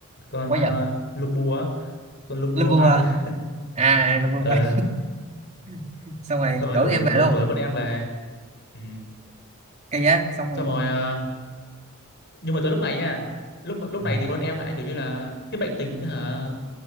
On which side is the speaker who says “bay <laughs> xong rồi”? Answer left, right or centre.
Right